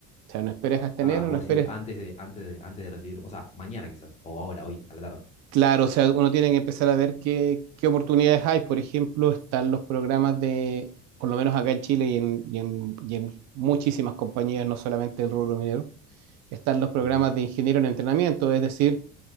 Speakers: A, on the right (about 65°); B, on the left (about 20°).
A: O sea, no esperes hasta
B: Ah,
A: enero,
B: vos
A: no esperes.
B: decís antes de, antes de, antes de recibir, o sea, mañana quizás, o ahora, hoy, a la tarde.
A: Claro, o sea, uno tiene que empezar a ver qué, qué oportunidades hay. Por ejemplo, están los programas de, por lo menos acá en Chile y en, y en- y en muchísimas compañías, no solamente el rubro minero, están los programas
B: Ajá,
A: de ingeniero en entrenamiento, es decir,